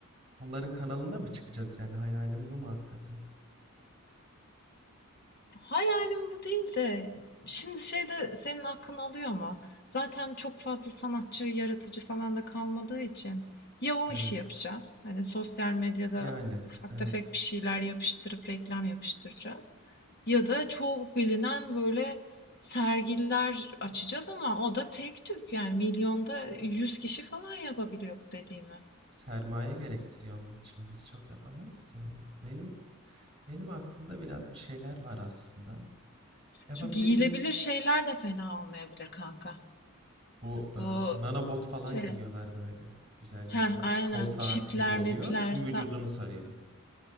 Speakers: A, on the right; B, on the left.
A: Onların kanalında mı çıkacağız yani? Hayalim bu mu hakikaten?
B: Hayalim bu değil de şimdi şey de senin hakkını alıyor ama zaten çok fazla sanatçı, yaratıcı falan da kalmadığı için ya o
A: Evet.
B: işi yapacağız. Hani sosyal medyada
A: Yani
B: ufak
A: evet.
B: tefek bir şeyler yapıştırıp reklam yapıştıracağız. Ya da çok bilinen böyle sergiler açacağız ama o da tek tük yani milyonda 100 kişi falan yapabiliyor bu dediğimi.
A: Sermaye gerektiriyor onun için. Biz çok yapamayız ki onu. Benim benim aklımda biraz bir şeyler var aslında. Yapabileceğimiz
B: Şu giyilebilir şeyler de fena olmayabilir kanka.
A: bu e,
B: Bu
A: nanobot falan
B: şey
A: giyiyorlar böyle üzerlerine
B: Heh, aynen.
A: kol saati
B: Çipler,
A: gibi oluyor.
B: mipler,
A: Tüm
B: sa-
A: vücudunu sarıyor.